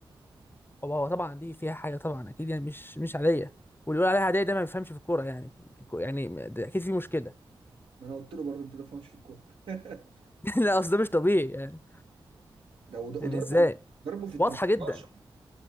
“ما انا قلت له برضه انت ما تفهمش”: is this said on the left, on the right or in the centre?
Right